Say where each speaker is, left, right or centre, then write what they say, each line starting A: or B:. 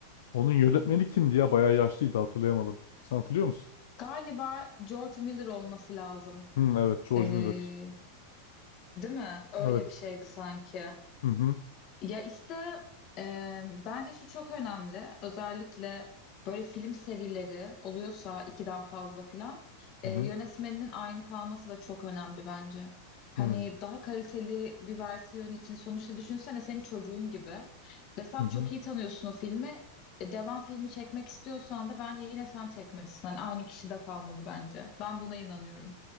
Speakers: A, on the left; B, on the left.
A: Onun yönetmeni kimdi ya? Bayağı yaşlıydı hatırlayamadım. Sen hatırlıyor musun?
B: Galiba George Miller olması lazım.
A: Hı, evet George
B: E,
A: Miller.
B: değil mi? Öyle
A: Evet.
B: bir şeydi sanki.
A: Hı hı.
B: Ya işte e, bence şu çok önemli. Özellikle böyle film serileri oluyorsa ikiden fazla filan e,
A: Hı hı.
B: yönetmeninin aynı kalması da çok önemli bence. Hani
A: Hı.
B: daha kaliteli bir versiyon için sonuçta düşünsene senin çocuğun gibi ve sen
A: Hı hı.
B: çok iyi tanıyorsun o filmi. E, devam filmi çekmek istiyorsan da bence yine sen çekmelisin. Hani aynı kişi de kalmalı bence. Ben buna inanıyorum.